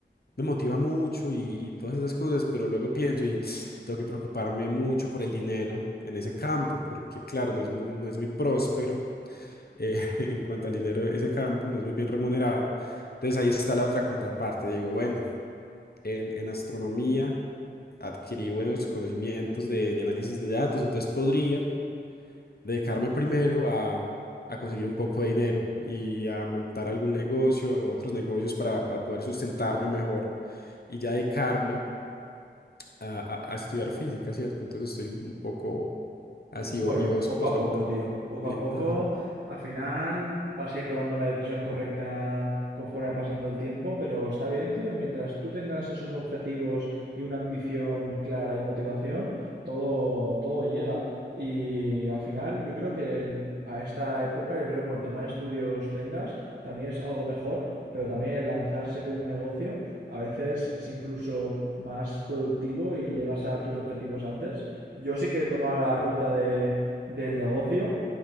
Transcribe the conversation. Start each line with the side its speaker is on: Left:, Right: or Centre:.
Left: me motiva mucho y, y todas esas cosas, pero luego pienso y tengo que preocuparme mucho por el dinero en ese campo, porque claro, no es muy, no es muy próspero eh, <laughs> en cuanto al dinero de ese campo, no es muy bien remunerado. Entonces ahí está la otra contraparte. Digo, bueno, en, en astronomía adquirí buenos conocimientos de, de análisis de datos, entonces podría dedicarme primero a, a conseguir un poco de dinero y a montar algún negocio o otros negocios para, para poder sustentarme mejor y ya dedicarme a, a- a estudiar física, ¿cierto? Entonces estoy un poco así
Right: Bueno,
Left: o- y vos,
Right: poco
Left: vos
Right: a
Left: contá.
Right: poco, tío. Poco
Left: Sí,
Right: a poco,
Left: ajá.
Right: al final vas a ir tomando la decisión correcta conforme va pasando el tiempo, pero está bien, tío. Mientras tú tengas esos objetivos y una ambición clara y motivación, todo, todo llega. Y al final, yo creo que el- a esta época, yo creo que cuanto más estudios tengas, también es algo mejor, pero también el lanzarse con un negocio a veces es incluso más productivo y llegas a tus objetivos antes. Yo sí que he tomado la ruta de, del negocio